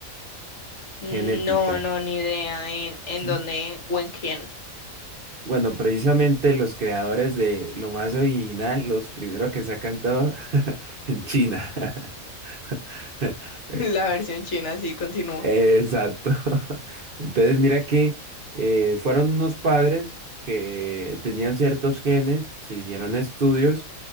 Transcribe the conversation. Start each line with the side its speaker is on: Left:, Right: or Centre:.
Left: No,
Right: genética.
Left: no, ni idea en, en
Right: ¿sí?
Left: dónde o en quién.
Right: Bueno, precisamente los creadores de lo más original, los primeros que sacan todo <laughs> en China. <laughs> <laughs>
Left: <laughs> La versión china sí continúa.
Right: Exacto. <laughs> Entonces, mira que eh, fueron unos padres que tenían ciertos genes, se hicieron estudios